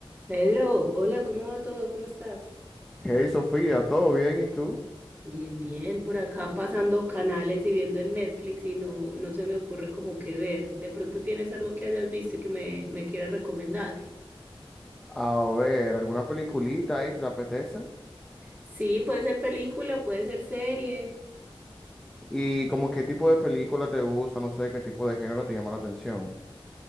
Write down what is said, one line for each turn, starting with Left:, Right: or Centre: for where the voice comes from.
Right: Pedro, hola, ¿cómo va todo? ¿Cómo estás?
Centre: Hey Sofía, ¿todo bien? ¿Y tú?
Right: Bien, bien, por acá pasando canales y viendo en Netflix y no, no se me ocurre como qué ver. ¿De pronto tienes algo que hayas visto y que me, me quieras recomendar?
Centre: A ver, ¿alguna peliculita ahí se te apetece?
Right: Sí, puede ser película, puede ser serie.
Centre: ¿Y como qué tipo de película te gusta? No sé, ¿qué tipo de género te llama la atención?